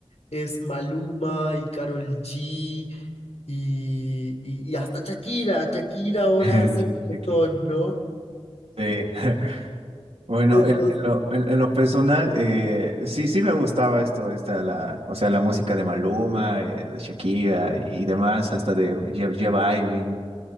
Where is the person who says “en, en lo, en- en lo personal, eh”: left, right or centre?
Right